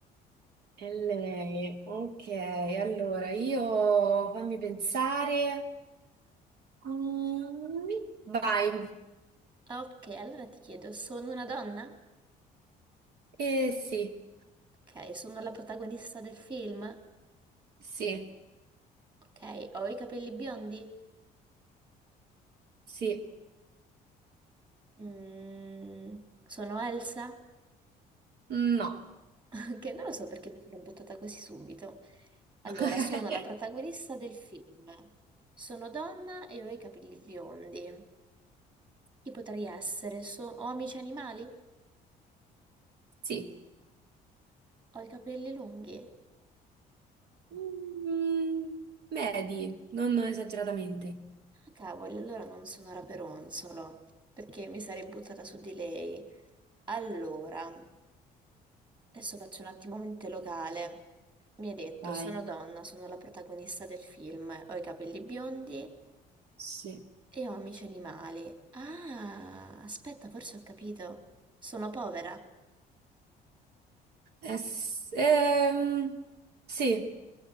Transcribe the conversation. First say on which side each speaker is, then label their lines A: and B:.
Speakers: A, on the right; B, on the right.
A: E lei, ok, allora io fammi pensare. Mm, vai.
B: Ok, allora ti chiedo, sono una donna?
A: Eh sì,
B: Ok, sono la protagonista del film?
A: sì,
B: Ok, ho i capelli biondi?
A: sì,
B: Mm, sono Elsa,
A: no.
B: <laughs> che non lo so perché mi sono buttata così subito. Allora,
A: <laughs>
B: sono la protagonista del film. Sono donna e ho i capelli biondi. Chi potrei essere? So- ho amici animali?
A: Sì.
B: Ho i capelli lunghi?
A: Mm, medi, non esageratamente.
B: Ah, cavoli, allora non sono Raperonzolo, perché mi sarei buttata su di lei. Allora, adesso faccio un attimo mente locale. Mi hai detto,
A: Vai.
B: sono donna, sono la protagonista del film, ho i capelli biondi.
A: Sì.
B: E ho amici animali. Ah, aspetta, forse ho capito. Sono povera.
A: Eh, s- ehm, sì,